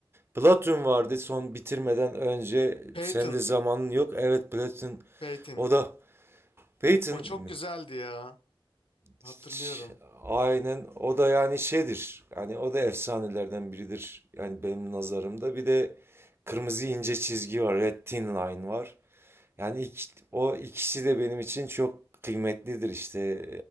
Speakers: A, on the right; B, on the left.
A: Platoon vardı son bitirmeden önce
B: Peyton,
A: sen de zamanın yok. Evet Platoon
B: Peyton.
A: o da Peyton
B: O
A: mi?
B: çok güzeldi ya. Hatırlıyorum.
A: Ç- Aynen o da yani şeydir. Yani o da efsanelerden biridir. Yani benim nazarımda bir de kırmızı ince çizgi var. Red Thin Line var. Yani ik- o ikisi de benim için çok kıymetlidir işte